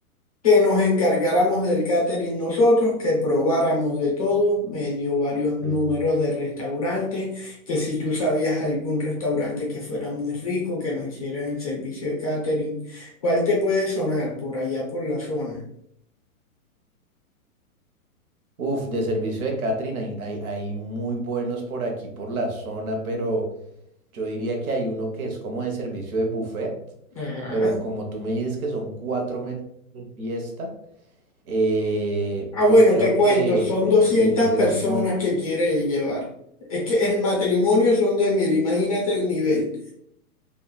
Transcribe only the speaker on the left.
que nos encargáramos del catering nosotros, que probáramos de todo, me dio varios números
de restaurantes, que si tú sabías algún restaurante que fuera muy rico, que nos hicieran el servicio de catering, ¿cuál te puede sonar por allá por la zona?
Ajá.
Ah,
bueno,
te cuento,
son 200
personas
que quiere llevar. Es que el matrimonio son de mil, imagínate el nivel.